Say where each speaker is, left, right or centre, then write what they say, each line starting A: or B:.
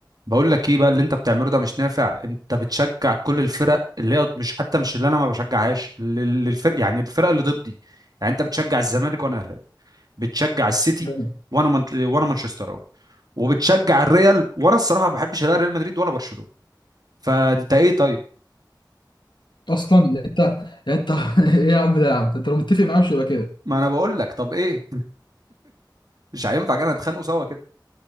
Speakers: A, on the right (about 55°); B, on the left (about 75°).
A: بقول لك ايه بقى اللي انت بتعمله ده مش نافع انت بتشجع كل الفرق اللي هي مش حتى مش اللي انا ما بشجعهاش لل- للفرق يعني الفرق اللي ضدي يعني انت بتشجع الزمالك وانا اهلاوي بتشجع السيتي
B: جامد.
A: وانا من... وانا مانشستراوي وبتشجع الريال وانا الصراحه ما بحبش لا ريال مدريد ولا برشلونه فانت ايه طيب
B: اصلا يعني انت يعني انت <laughs> ايه يا عم ده يا عم انت لو متفق معاه مش يبقى كده
A: ما انا بقول لك طب ايه مش هينفع كده نتخانقوا سوا كده